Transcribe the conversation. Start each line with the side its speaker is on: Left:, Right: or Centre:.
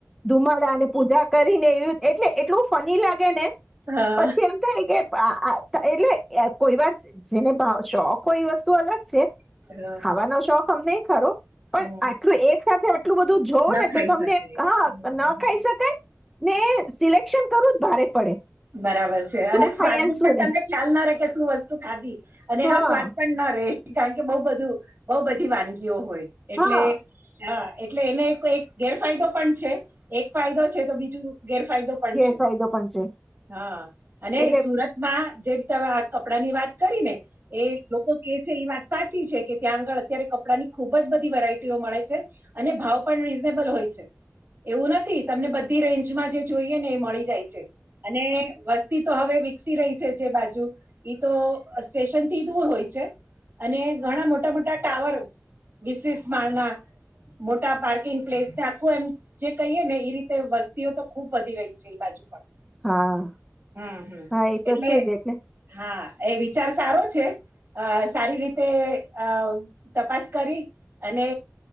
Centre: ધુમાડાને પૂજા કરીને એવી એટલે એટલું ફની લાગે ને,
Right: હા
Centre: પછી એમ થાય કે આ એટલે કોઈ વાર જેને ભાવ ચો કોઈ વસ્તુ અલગ છેે.
Right: હા
Centre: ખાવાનો શોખ અમને ખરો, પણ
Right: હમ
Centre: આટલું એક સાથે એટલું બધું જોવ
Right: ના
Centre: ને
Right: ખાઈ
Centre: તો તમને
Right: શકે
Centre: હા
Right: હમ
Centre: ના ખાઈ શકાય, ને સિલેક્શન કરું જ ભારે પડે.
Right: બરાબર છે
Centre: શું
Right: અને
Centre: ખાય
Right: સ્વાદ
Centre: એમ
Right: નુ
Centre: શું
Right: પણ તમને
Centre: નહી
Right: ખ્યાલ ના રહે. કે શું વસ્તુ ખાધી. અને
Centre: હા
Right: એનો સ્વાદ પણ ના રે. કારણ કે બહુ બધું બઉ બધી વાનગીઓ હોય.
Centre: હા
Right: એટલે હા એટલે એને એક ગેરફાયદો પણ છે. એક ફાયદો છે. તો બીજું ગેરફાયદો પણ
Centre: ગેરફાયદો
Right: છે.
Centre: પણ છે
Right: હા અને
Centre: એટલે
Right: સુરત માં જેમીતે આ કપડા ની વાત કરી ને એ લોકો કે છે એ વાત સાચી છે કે ત્યાં આગળ અત્યારે કપડાની ખુબ જ બધી વેરાયટીઓ મળે છે. અને ભાવ પણ રીઝનેબલ હોય છે. એવું નથી તમને બધી રેન્જ માં જે જોઈએ ને એ મળી જાય છે. અને વસ્તી તો હવે વિકસી રહી છે જે બાજુ ઈ તો સ્ટેશન થી દૂર હોય છે અને ઘણા મોટા મોટા ટાવર વીસ વીસ માળના મોટા પાર્કિંગ પ્લેસ આખું એમ જે કહીએ ને એ રીતે વસ્તીઓ તો ખૂબ વધી રહી છે. એ બાજુ પણ
Centre: હા
Right: હમ હમ
Centre: હા એ તો
Right: એટલે
Centre: છે જ
Right: હા એ વિચાર સારો છે. અ સારી રીતે અ તપાસ કરી અને